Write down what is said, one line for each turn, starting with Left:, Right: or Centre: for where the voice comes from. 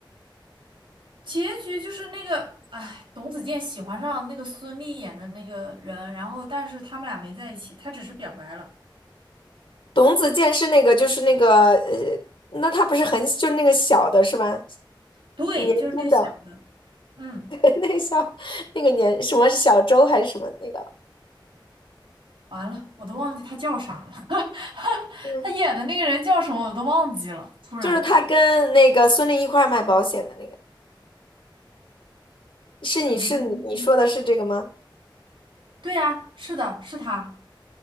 Right: 结局就是那个，哎，董子健喜欢上那个孙俪演的那个人，然后但是他们俩没在一起，他只是表白了。
Left: <laughs> 董子健是那个就是那个呃，那他不是很就是那个小的是吧？
Right: 对，
Left: 年轻的
Right: 就是那个小的，嗯。
Left: <laughs> 那个小那个年什么小周还是什么那个？
Right: 完了，我都忘记他叫啥了。<laughs>
Left: 嗯，
Right: 他演的那个人叫什么我都忘记了。突然，
Left: 就是他跟那个孙俪一块儿卖保险的那个，是你是你你说的是这个吗？
Right: 嗯，对呀，是的，是他。